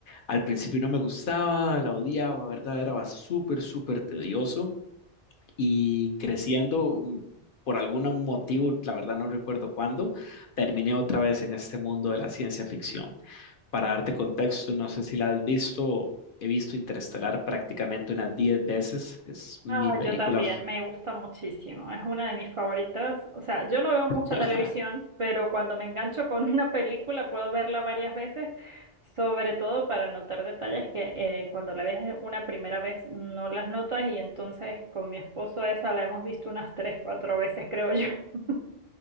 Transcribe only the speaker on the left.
Al principio no me gustaba, la odiaba, ¿verdad? Era súper, súper tedioso y creciendo, mm, por algún motivo, la verdad no recuerdo cuándo, terminé otra vez en este mundo de la ciencia ficción. Para darte contexto, no sé si la has visto, he visto Interestelar prácticamente unas 10 veces, es mi
película.
<laughs>